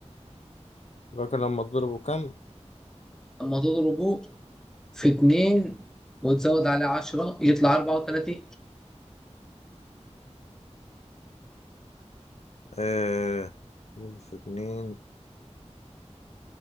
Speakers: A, on the left; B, in the centre.
A: فاكر لما تضربه كام؟
B: لما تضربه في اتنين وتزود عليه عشرة يطلع أربعة وتلاتين
A: آه ضرب في اتنين